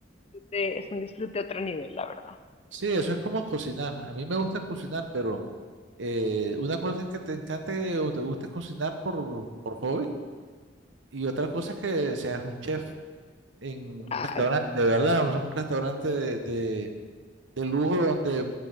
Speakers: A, on the left; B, on the right.
A: eh, es un disfrute a otro nivel, la verdad.
B: Sí, eso es como cocinar. A mí me gusta cocinar, pero... Eh, una cosa es que te encante o te guste cocinar por, por hobby y otra cosa es que seas un chef en un
A: Claro,
B: restaurante, ¿verdad? O sea, un restaurante de, de, de lujo donde